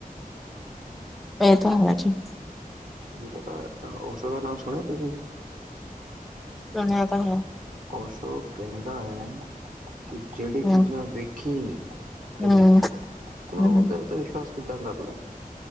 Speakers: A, in the centre; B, on the right.
A: ਏ ਤਾਂ ਹੈ ਜੀ।
B: ਪਤਾ ਊਸਾ ਦਾ ਨਾਂ ਸੁਣਿਆ ਤੁਸੀਂ?
A: ਸੁਣਿਆ ਤਾਂ ਹੈ।
B: ਕੌਸੋ ਕੈਂਦਾ ਹੈ ਕਿ ਜੇੜੀ
A: ਹੂੰ
B: ਚੀਜ਼ ਮੈਂ ਵੇਖੀ ਨੀ ਕਦੀ,
A: ਹੂੰ
B: ਤੇ ਮੈਂ
A: ਹੂੰ
B: ਓਦੇ ਉਤੇ ਵਿਸ਼ਵਾਸ ਕਿੱਦਾ ਕਰ ਲਾ?